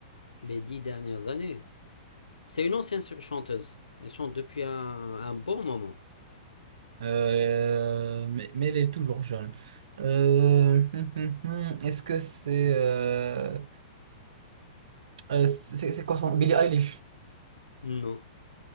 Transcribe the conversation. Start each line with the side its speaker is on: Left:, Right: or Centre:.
Left: les dix dernières années. C'est une ancienne ch- chanteuse. Elle chante depuis un, un bon moment.
Right: Euh, mais, mais elle est toujours jeune. Euh, <laughs> hum, hum, hum, Est-ce que c'est... euh, euh, c'est c'est quoi son... Billie Eilish.
Left: Non.